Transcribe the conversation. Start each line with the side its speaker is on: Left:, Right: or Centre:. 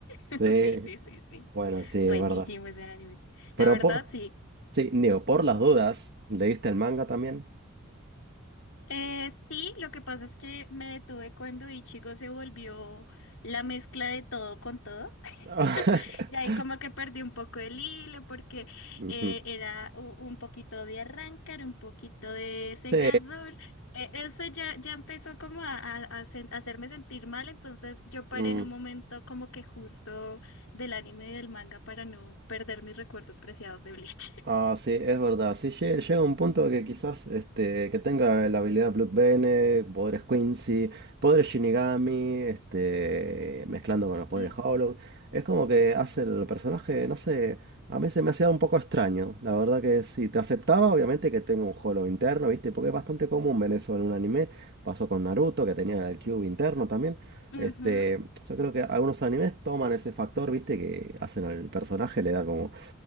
Left: <laughs>
Right: Sí,
Left: Sí, sí, sí, sí.
Right: bueno, sí,
Left: Buenísimo
Right: es verdad.
Left: ese anime.
Right: Pero
Left: La verdad,
Right: por,
Left: sí.
Right: sí, Neo, por las dudas, ¿leíste el manga también?
Left: Eh, sí, lo que pasa es que me detuve cuando Ichigo se volvió la mezcla de todo con todo.
Right: <laughs>
Left: Ya ahí como que perdí un poco el hilo porque
Right: Ujú.
Left: eh, era u- un poquito de arrancar, un poquito de segador.
Right: Sí.
Left: Eh, eso ya, ya empezó como a, a- a sen- a hacerme sentir mal, entonces yo paré
Right: Mm.
Left: en un momento como que justo del anime y del manga para no perder mis recuerdos preciados de Bleach. <laughs>
Right: Ah, sí, es verdad. Sí, lle- llega un punto que quizás este, que tenga la habilidad Blood Bene poderes Quincy, poderes Shinigami, este, mezclando con los poderes
Left: Mm,
Right: Hollow. Es como que hace el personaje, no sé, a mí se me hacía un poco extraño. La verdad que si te aceptaba, obviamente que tenga un Hollow interno, ¿viste? Porque es bastante común ver eso en un anime. Pasó con Naruto, que tenía el Cube interno también.
Left: Ujú.
Right: Este, yo creo que algunos animes toman ese factor, ¿viste? Que hacen al personaje, le da como